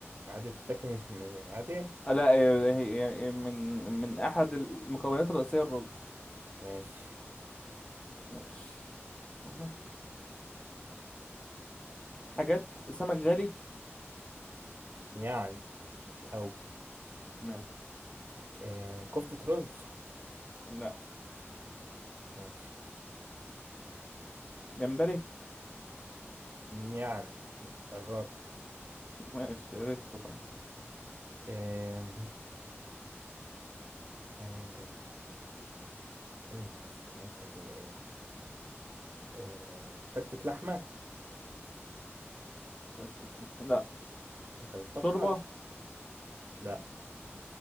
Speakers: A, on the right (about 45°); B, on the left (about 20°).
A: عادي بتتاكل مش من- عادي
B: آه، لا هي هي- هي من من احد المكونات الرئيسيه الرز
A: ماشي
B: ماشي تمام حاجات سمك غالي
A: يعني مش قوي
B: ماشي
A: آه كفتة رز
B: لا
A: ماشي
B: جمبري
A: يعني قربت
B: ماشي عرفته خلاص
A: آه حاجة ايه مثلا أكلة زي ايه آه فتة لحمة
B: فتت لحم لا
A: انت بتفكر
B: شوربه
A: لا